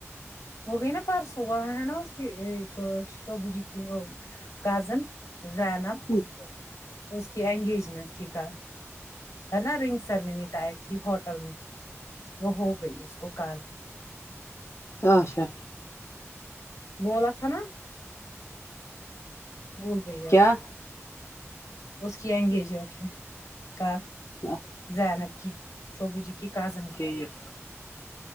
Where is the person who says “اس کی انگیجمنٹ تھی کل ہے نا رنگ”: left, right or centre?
Left